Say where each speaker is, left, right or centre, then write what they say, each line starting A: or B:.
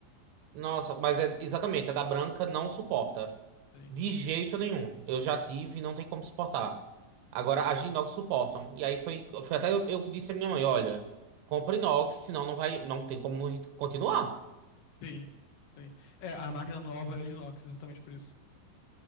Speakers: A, on the right (about 75°); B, on the left (about 70°).
A: Nossa, mas é exatamente, a da branca não suporta.
B: Sim,
A: De jeito nenhum. Eu já tive e não tem como suportar. Agora, as de inox suportam. E aí foi, foi até eu, eu que disse à minha mãe, olha, compra inox, senão não vai, não tem como a gente continuar.
B: sim, sim. É, a máquina nova é de inox, exatamente por isso.